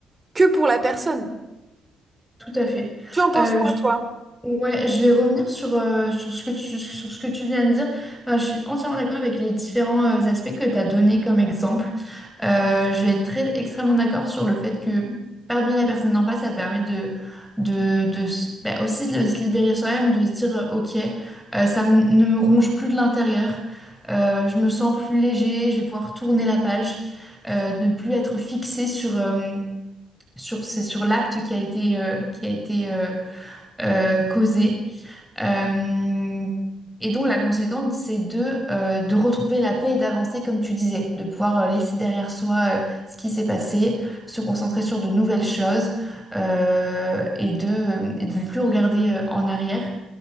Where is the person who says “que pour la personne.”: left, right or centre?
Right